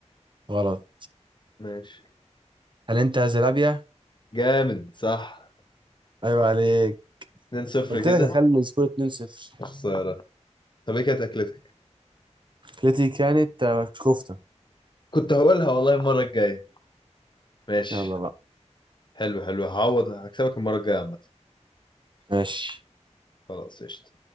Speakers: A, on the right (about 40°); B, on the left (about 40°).
A: غلط
B: ماشي
A: هل انت زلابيا؟
B: جامد صح
A: ايوه عليك
B: 2 0
A: قلت
B: كده
A: لك اخلي السكور 2-0
B: خسارة طب ايه كانت اكلتك
A: التي كانت آه، كفتة
B: كنت هقولها والله المرة الجاية ماشي
A: يلا بقى
B: حلو حلو هعوض هكسبك المرة الجاية عامة
A: ماشي
B: خلاص قشطة